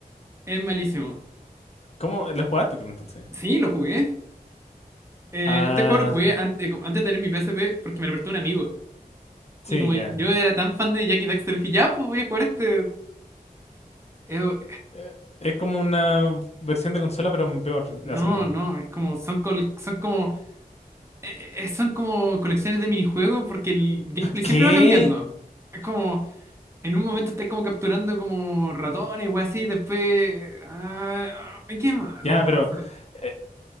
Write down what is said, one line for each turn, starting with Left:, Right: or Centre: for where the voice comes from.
Right: Es malísimo.
Left: ¿Cómo lo jugaste tú entonces?
Right: Sí, lo jugué. Eh,
Left: Ah,
Right: este juego lo jugué antes, antes de tener mi PSP porque me lo prestó un amigo.
Left: sí,
Right: Y como
Left: ya.
Right: yo era tan fan de Jackie Daxter, dije, ya, pues voy a jugar este. Eh,
Left: Eh, Es como una versión de consola, pero peor,
Right: no,
Left: asumo.
Right: no, es como, son, cole- son como, eh, eh, son como colecciones de minijuegos porque el gameplay
Left: ¿Qué?
Right: siempre va cambiando. Es como, en un momento estás como capturando como ratones o así, después... ah, ay, qué malo,
Left: Ya,
Right: ¿no?
Left: pero
Right: O sea,
Left: eh,